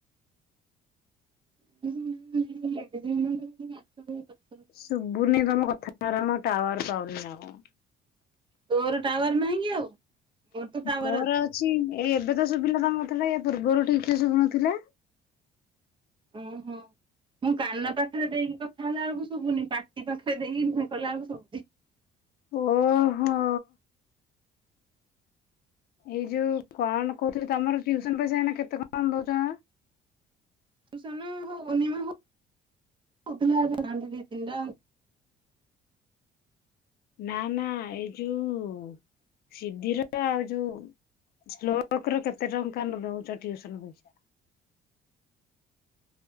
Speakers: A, on the right; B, on the left.
A: ହୁଁ <inaudible>
B: ଶୁଭୁନି ତମ କଥାର ମ ଟାୱାର ପାଉନି ନା କଣ?
A: ତୋର ଟାୱାର ନାହିଁ କି ଆଉ ମୋର ତ ଟାୱାର
B: ମୋର
A: ଅଛି।
B: ଏଇ ଏବେ ତ ଶୁଭିଲା ତମ କଥାଟା। ୟା ପୂର୍ବରୁ ଠିକରେ ସୁଭୁନଥିଲା।
A: ଓହୋ। ମୁଁ କାନ ପାଖରେ ଦେଇକି କଥା ହେଲା ବେଳକୁ ସୁଭୁନି ପାଟି ପାଖରେ ଦେଇକି କଲାବଳକୁ ଶୁଭୁଛି।
B: ଓହୋ। ଏଇ ଯୋଉ କଣ କହୁଥିଲି ତମର ଟୁଉସନ ପଇସା ଏଇନା କେତେ କଣ ଦଉଛ
A: <unintelligible>
B: ନା ନା ଏ ଯୋଉ ସିଧିର ଆଉ ଯୋଉ ସ୍ଲୋକର କେତେ ଟଙ୍କା ଦଉଛ ଟିଉସନ ପଇସା।